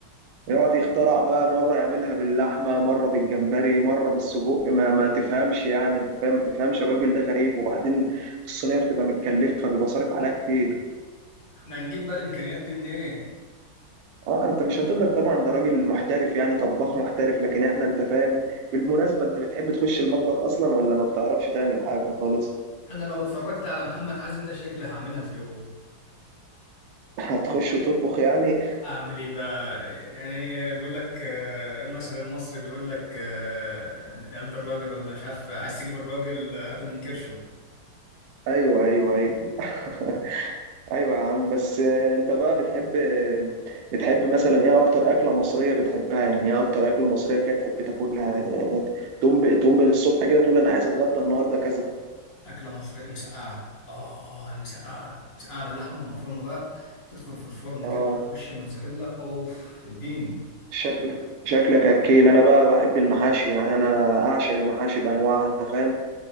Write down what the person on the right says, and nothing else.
يقعد يخترع بقى مرة يعملها باللحمة مرة بالجمبري مرة بالسجق ما ما تفهمش يعني انت فاهم ما تفهمش الراجل ده غريب وبعدين الصينية بتبقى متكلفة بيبقى صارف عليها كتير
اه انت مش هتقدر طبعا ده راجل محترف يعني طباخ محترف لكن احنا انت فاهم بالمناسبة انت بتحب تخش المطبخ اصلا ولا ما بتعرفش تعمل حاجة خالص
<laughs> هتخش تطبخ يعني
ايوه ايوه ايوه <laughs> ايوه يا عم بس آه، انت بقى بتحب بتحب مثلا ايه اكتر اكله مصريه بتحبها يعني ايه اكتر اكله مصريه كده تحب تاكلها يعني تقوم ب- تقوم بالصبح كده تقول انا عايز اتغدى النهارده كذا
اه
شكلك شكلك اكيل انا بقى بحب المحاشي يعني انا اعشق المحاشي بانواعها انت فاهم